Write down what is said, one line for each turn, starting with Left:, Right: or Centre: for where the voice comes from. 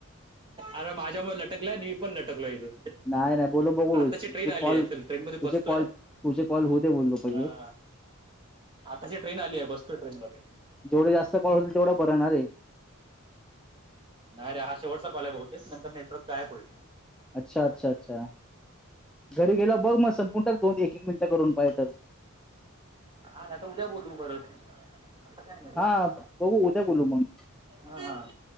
Right: आरं माझ्या मूळे लटकलय मि पण लटकलो ईथे.
Centre: नाही नाही बोल बघू
Right: आताची
Centre: तुझे
Right: ट्रेन आली
Centre: कॉल
Right: आहे चल ट्रेन मध्ये
Centre: तुझे
Right: बसतोय.
Centre: कॉल तुझे कॉल होऊ दे बोललो पहिले
Right: हा. आताची ट्रेन आली आहे बसतो ट्रेन मधे.
Centre: जेवढे जास्त कॉल होतील तेवढं बरं ना रे.
Right: नाही रे हा शेवटचा कॉल बहुतेच नंतर नेटवर्क गायब होईल.
Centre: अच्छा अच्छा अच्छा घरी गेला बघ मग संपूून दोन एक एक मिनिटं करून पाय तर
Right: हा आता उद्या बोलू परत. आता काय नाही
Centre: हा बघू उद्या बोलू मग
Right: हा हा